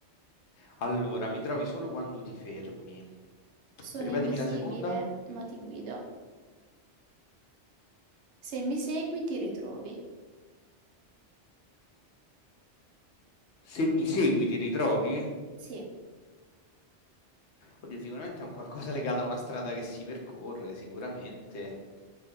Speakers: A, on the left; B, on the right.
A: Allora, mi trovi solo quando ti fermi.
B: Sono
A: Ripetimi
B: invisibile,
A: la seconda.
B: ma ti guido. Se mi segui, ti ritrovi.
A: Se mi segui, ti ritrovi?
B: Sì,
A: Oddio, sicuramente è un qualcosa legato a una strada che si percorre, sicuramente.